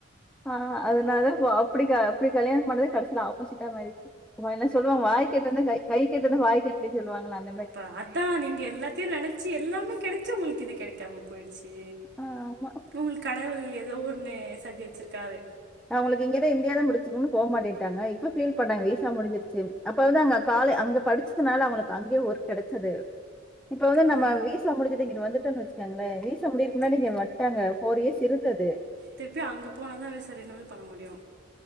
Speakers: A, in the centre; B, on the right.
A: ஆ அதனாலதா போ அப்டி க அப்டி கல்யாணம் பண்ணது கடசில ஆப்போசிட்டா மாறிச்சி வா என்ன சொல்லுவாங்க வாய்க்கெட்னது கை கைக்கெட்னது வாய்க்கெட்டலைன் சொல்லுவாங்கள்ள அந்
B: ப அதா நீங்க எல்லாத்தையு நெனைச்சு எல்லாமே கெடைச்சு உங்களுக் இது கெடைக்காம போய்டுச்சி
A: ஆமா.
B: உங்களுக் கடவுள் ஏதோ ஒன்னு சதி வச்சிருக்காரு
A: அவங்களுக் இங்கதா இந்தியாதா புடிச்சுருக்குன் போமாட்டேட்டாங்க இப்ப ஃபீல் பண்ணாங்க வீசா முடிஞ்சிருச்சேன் அப்ப அழுதாங்க காலே அங்க படிச்சதுனால அவங்களுக் அங்கயே ஒர்க் கெடச்சது இப்ப வந்து நம்ம
B: ஆ
A: வீசா முடிஞ்சிட்டு இங்குட் வந்துட்டோன் வச்சுக்காங்களே விஸ் வீசா முடியறதுக் முன்னாடி
B: தி
A: இங்க வந்ட்டாங்க ஃபோர் இயர்ஸ் இருந்தது
B: திருப்பி அங்க போனா தா வீசா ரினிவல் பண்ண முடியு